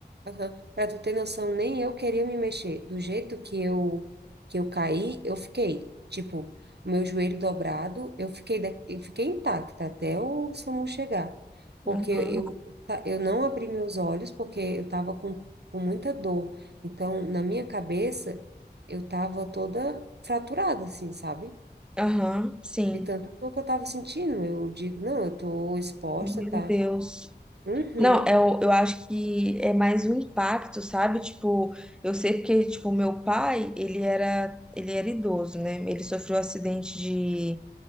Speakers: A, on the right; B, in the centre.
A: Aham. Pra tu ter noção, nem eu queria me mexer. Do jeito que eu que eu caí, eu fiquei, tipo, o meu joelho dobrado, eu fiquei da- eu fiquei intacta até o SAMU chegar. Porque
B: Aham,
A: eu tá, eu não abri meus olhos porque eu tava com com muita dor. Então, na minha cabeça, eu tava toda fraturada assim, sabe?
B: Aham, sim.
A: De tanta dor que eu tava sentindo, eu digo, não, eu tô exposta,
B: Meu
A: tá?
B: Deus.
A: Uhum.
B: Não, é, o- eu acho que é mais um impacto, sabe? Tipo, eu sei porque, tipo, meu pai, ele era, ele era idoso, né? Ele sofreu um acidente de,